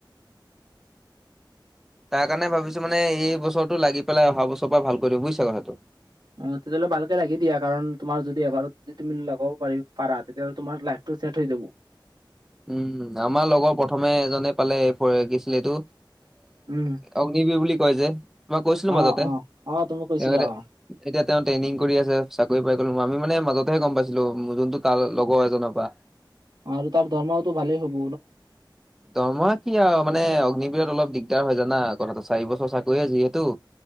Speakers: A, in the centre; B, on the right (about 60°).
A: তাৰ কাৰণে ভাবিছো মানে এই বছৰটো লাগি পেলাই অহা বছৰ পৰা ভাল কৰি দিম বুজিছা কথাটো।
B: অ' তেতিয়াহ'লে ভালকে লাগি দিয়া, কাৰণ তোমাৰ যদি এবাৰত যদি তুমি লগাব পাৰ পাৰা তেতিয়া হ'লে লাইফটো টো চেট হৈ যাব।
A: উম, আমাৰ লগৰ প্ৰথমে এজনে পালে কি আছিলে এইটো
B: উম,
A: অগ্নিবীৰ বুলি কয় যে, মই কৈছিলো
B: অ',
A: মাজতে। তেওঁ
B: অ', অ', তুমি কৈছিলা
A: এতি
B: অ',
A: এতিয়া তেওঁ ট্ৰেইনিং কৰি আছে, চাকৰি পায় গ'ল। আমি মানে মাজতেহে গ'ম পাইছিলো যোনটো তাৰ লগৰ এজনৰ পৰা।
B: আৰু তাৰ দৰমহাওটো ভালেই হ'ব।
A: দৰমহা কি আৰু, মানে অগ্নিবিৰত অলপ দিগদাৰ হয় জানা কথাটো চাৰি বছৰ চাকৰিয়ে যিহেতু।